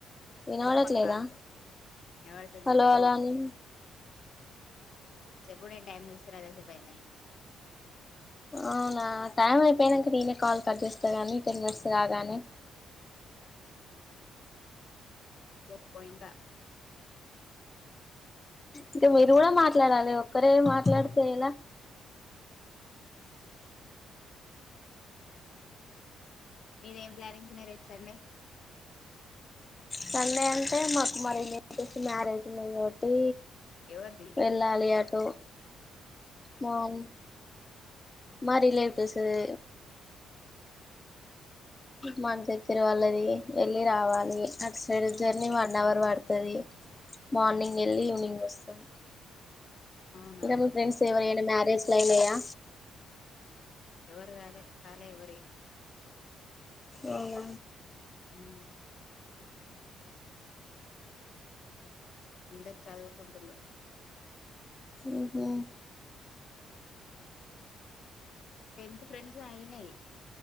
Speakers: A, on the left; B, on the left.
A: వినపడట్ల
B: చెప్పక్క
A: లేదా
B: ఎవరితోని
A: హలో
B: చెప్పు
A: హలో అని
B: చెప్పు నేను టైం చూస్తున్న ఇంతసేపు అయింద్ అని
A: అవునా టైం అయిపోయానాక నేనే కాల్ కట్ చేస్తా కానీ టెన్ మినిట్స్ కాగానే
B: చెప్పు ఇంక
A: ఇంకా మీరు కూడా మాట్లాడాలి ఒక్కరే మాట్లాడితే ఎలా
B: మీరేం ప్లానింగ్స్ ఉన్నాయి రేప్ సండే
A: సండే అంటే మాకు మరి ఇన్ని మ్యారేజ్ ఉన్నది కాబట్టి
B: ఎవరిది
A: వెళ్ళాలి అట్ ఒ మార్న్ మా రిలేటివ్స్ ది మా దగ్గర వాళ్ళది వెళ్ళి రావాలి అటు సైడ్ జర్నీ వన్ అవర్ వడ్తాది మార్నింగ్ వెళ్ళి ఈవినింగ్ ఒస్తాం
B: అవునా
A: ఇక మీ ఫ్రెండ్స్ ఎవరైనా మ్యారేజ్ లు అయినయా
B: ఎవరివి కాలే కాలే ఎవరివి
A: ఒహో
B: ఉం అందరు చదువుకుంటున్నారు
A: ఉహుమ్
B: టెన్త్ ఫ్రెండ్స్ అయినయి